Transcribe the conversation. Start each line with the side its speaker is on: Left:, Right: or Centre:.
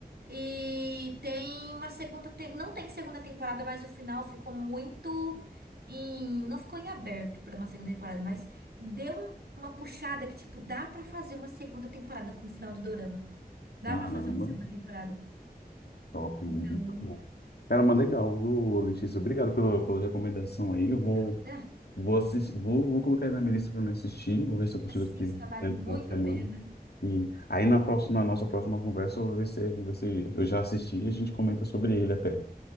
Right: E tem uma segunda, te- não tem segunda temporada, mas o final ficou muito em, não ficou em aberto para uma segunda temporada, mas deu um- uma puxada que tipo dá pra fazer uma segunda temporada com o final do Dorama. Dá
Left: Caramba,
Right: pra fazer uma segunda temporada.
Left: top. muito
Right: Então,
Left: bom. Cara, mas legal, viu, Letícia? Obrigado pela, pela recomendação aí. Eu vou,
Right: dá.
Left: vou, assistir, vou, vou colocar aí na minha lista para me assistir. Vou ver se eu consigo
Right: assista,
Left: assistir
Right: vale
Left: dentro
Right: muito
Left: da semana.
Right: a pena.
Left: Sim. Aí na próxima, na nossa próxima conversa, eu vou ver se, vou ver se eu já assisti e a gente comenta sobre ele até.